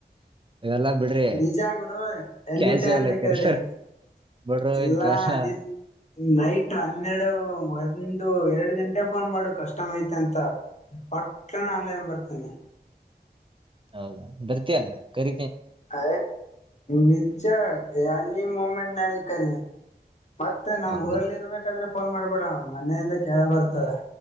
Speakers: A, on the right (about 30°); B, on the left (about 40°).
A: ಇವೆಲ್ಲಾ ಬಿಡ್ರಿ
B: ನಿಜ ಗುರು ಎನಿ
A: ಕಾಸಲ್ಲ
B: ಟೈಮ್ ಬೇಕಾದ್ರಿ
A: ಕರಿ
B: ಅಂತ
A: ಬಿಡ್ರ
B: ಎಲ್ಲಾ
A: ಇಂತ ಎಲ್ಲ
B: ನಿನ್ ನೈಟ್ ಹನ್ನೆರಡು ಒಂದು ಎರಡು ಗಂಟೆ ಫೋನ್ ಮಾಡು ಕಸ್ಮ ಐತೆ ಅಂತ ಪಟ್ಟನ ಆನ್ಲೈನ್ ಬರ್ತನಿ
A: ಹೌದಾ ಬರ್ತಿಯಲ್ಲ ಕರ
B: ಹ ನಿಜ್ಜ ಎ ಅ ಮಮೆಟ್ ನಲ್ಲಕರಿ ಮತ್ತೆ ನಾನ್
A: ಹೌದಾ
B: ಊರಲ್ಲಿ ಇರ್ಬೇಕಾದ್ರೆ ಫೋನ್ ಮಾಡ್ಬೇಡ ಮನೆಯಿಂದ ಕೆಲ ಬರ್ತದೆ